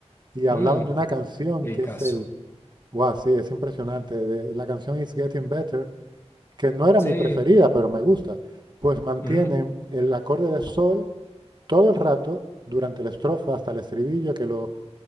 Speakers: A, on the right; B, on the left.
A: y hablaban
B: Mm,
A: de una canción
B: qué discazo.
A: que es el Guau, sí, es impresionante. De- La canción It's Getting Better, que no era
B: Sí.
A: mi preferida, pero me gusta, pues mantienen
B: ujú.
A: el acorde de sol todo el rato, durante la estrofa hasta el estribillo, que lo,